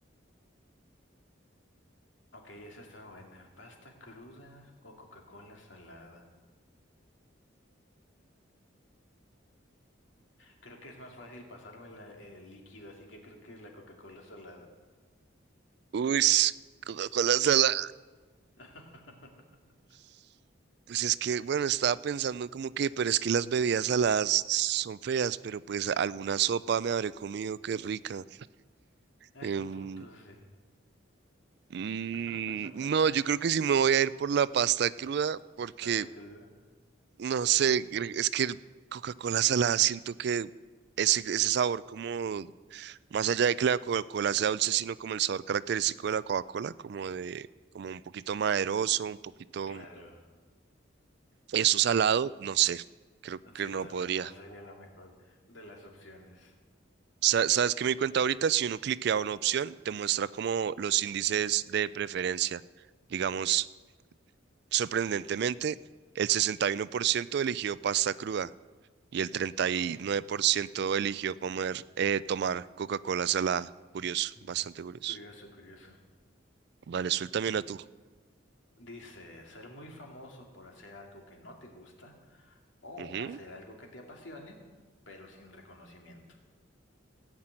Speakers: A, on the left; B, on the right.
A: Ok, esa está buena. ¿Pasta cruda o Coca-Cola salada? Creo que es más fácil pasarme la- el líquido, así que creo que es la Coca-Cola salada.
B: Uy, Coca-Cola salada.
A: <laughs>
B: Pues es que, bueno, estaba pensando como que, pero es que las bebidas saladas son feas, pero pues alguna sopa me habré comido, qué rica. Em,
A: Es un punto, sí.
B: mm,
A: <laughs>
B: no, yo creo que sí me voy a ir por la pasta cruda, porque,
A: ¿Pasta cruda?
B: no sé, cre- es que el Coca-Cola salada siento que ese, ese sabor como, más allá de que la Coca-Cola sea dulce, sino como el sabor característico de la Coca-Cola, como de, como un poquito maderoso, un poquito
A: Claro.
B: eso salado, no sé, creo que
A: Sí,
B: no
A: tal
B: podría.
A: vez no sería la mejor de las opciones.
B: Sa- ¿Sabes qué me di cuenta ahorita? Si uno cliquea una opción, te muestra como los índices de preferencia. Digamos, sorprendentemente, el 61% eligió pasta cruda y el 39%
A: Ok.
B: eligió comer, eh, tomar Coca-Cola salada. Curioso,
A: Mm.
B: bastante curioso.
A: Curioso, curioso.
B: Vale, suéltame
A: <laughs>
B: una tú.
A: Dice, ser muy famoso por hacer algo que no te gusta o
B: Ujú.
A: hacer algo que te apasione, pero sin reconocimiento.